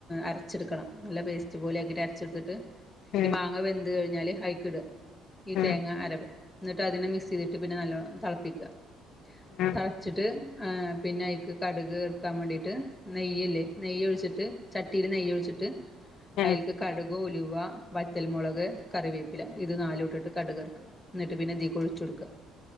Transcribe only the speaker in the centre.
അര്ച്ച്ട്ക്കണം നല്ല പേസ് ച്ച് പോലെ ആക്കിയിട്ട് അര്ച്ച്ട്ത്തിട്ട് ഈ
മാങ്ങ വെന്ത് കഴിഞ്ഞാല് അയ്ക്കിടാ ഈ
തേങ്ങ അരവ് ന്നിട്ട് അതിനെ മിക്സയ്തിട്ട് പിന്നെ നല്ലോണം തള്പ്പിക്കാ
തള്ച്ചിട്ട് ഏഹ് പിന്നെ അയ്ക്ക് കട്ക് ഇറ്ക്കാൻ വേണ്ടിയിട്ട് നെയ്യ്ല്ലേ നെയ്യോയ്ഴിച്ചിട്ട് ചട്ടിയില് നെയ്യ് ഒഴിച്ചിട്ട്
അയ്ൽക്ക് കട്ക് ഉലുവ വറ്റൽമുളക് കറിവേപ്പില ഇത് നാലുട്ടിട്ട് കട്കർക്കാ ട്ട് പിന്നെ ഇതികൊയ്ച്ചോട്ക്കാ